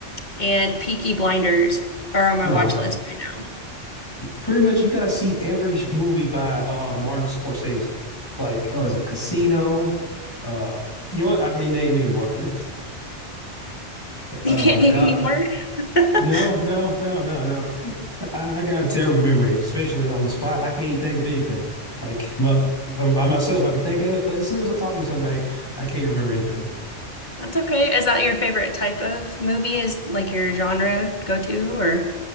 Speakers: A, on the left (about 40°); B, on the left (about 20°).
A: and Peaky Blinders are on my
B: Oh.
A: watch list right now.
B: Pretty much you gotta see every sh- movie by uh Martin Scorsese. Like, oh, is it Casino? Uh you know what? I can't name anymore. <laughs>
A: You
B: Uh,
A: can't
B: God,
A: name any more? <laughs>
B: no, no, no, no, no. <laughs> I, I got a terrible memory, especially on the spot. I can't think of anything. Like, but by, by myself, I can think of it, but as soon as I'm talking to somebody, I can't remember anything.
A: That's okay. Is that your favorite type of movie? Is like your genre go to or?